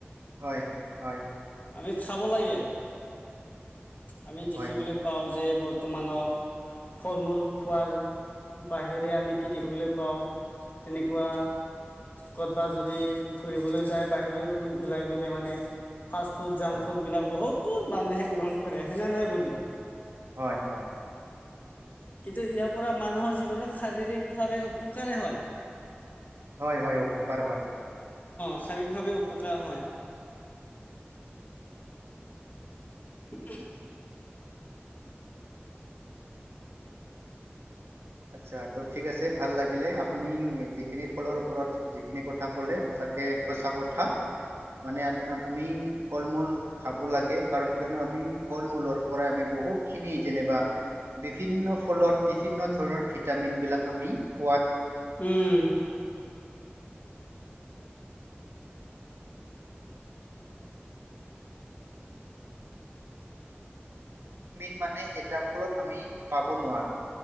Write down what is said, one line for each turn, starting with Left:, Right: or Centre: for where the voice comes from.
Right: হয়, হয়।
Left: আমি খাব লাগে আমি দেখিবলৈ
Right: হয়
Left: পাওঁ যে বৰ্তমানত ফল মূল খোৱাৰ বাহিৰে আমি কি দেখিবলৈ পাওঁ তেনেকুৱা কৰ'বাত যদি ফুৰিবলৈ যায় বাহিৰত ওলাই গলে মানে ফাষ্ট ফুড জাংক
Right: হয়
Left: ফুড বিলাক বহুত মানুহে গ্ৰহণ কৰে হয় নে নহয় বন্ধু
Right: হয় হয়
Left: কিন্তু ইয়াৰ পৰা মানুহৰ জীৱনত শাৰীৰিক ভাৱে উপকাৰে হয়
Right: হয় হয় উপকাৰ হয় হয়
Left: শাৰীৰিকভাৱে উপকাৰ হয় উ
Right: আতছা' ঠিক আছে ভাল লাগিলে আপুনি যিখিনি ফলৰ ওপৰত যিখিনি কথা কলে সচ সঁচা কথা মানে আমি ফল মূল খাব লাগে কাৰণ আমি ফল মূলৰ পৰাই আমি বহুত খিনি যেনিবা বিভিন্ন ফলত বিভিন্ন। ধৰণৰ ভিটামিন বিলাক আমি পোৱা।
Left: উম
Right: আমি মানে এটা ফলত আমি পাব নোৱাৰো